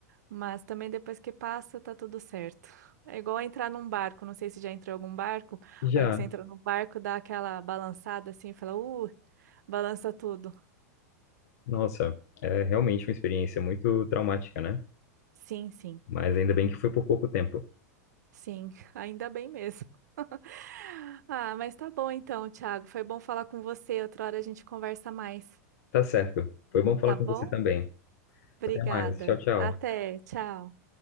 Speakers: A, on the right; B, on the left.
A: Mas também depois que passa, tá tudo certo. É igual entrar num barco, não sei se já entrou em algum barco.
B: Já.
A: A hora que você entra no barco, dá aquela balançada assim, fala, uh, balança tudo.
B: Nossa, é realmente uma experiência muito traumática, né?
A: Sim, sim,
B: Mas ainda bem que foi por pouco tempo.
A: sim, <laughs> ainda bem mesmo. <laughs> Ah, mas tá bom então, Thiago. Foi bom falar com você. Outra hora a gente conversa mais,
B: Tá certo. Foi bom falar
A: tá
B: com
A: bom?
B: você também.
A: Obrigada.
B: Até mais. Tchau, tchau.
A: Até, tchau.